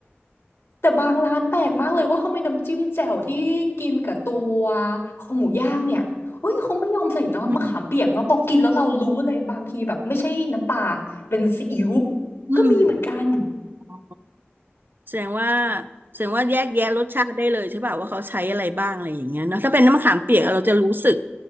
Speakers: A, on the left (about 80°); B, on the right (about 50°).
A: แต่บางร้านแปลกมากเลยว่าทำไมน้ำจิ้มแจ่วที่กินกับตัวคอหมูย่างเนี่ยเฮ้ยเขาไม่ยอมใส่น้ำมะขามเปียกเนาะพอกินแล้วเรารู้เลยบางทีแบบไม่ใช่น้ำปลาเป็นซีอิ๊ว
B: อืมอืม
A: ก็มีเหมือนกัน
B: อ๋อ แสดงว่าแสดงว่าแยกแยะรสชาติได้เลยใช่ป่ะว่าเขาใช้อะไรบ้างอะไรอย่างเงี้ยเนาะถ้าเป็นน้ำมะขามเปียกเราจะรู้สึก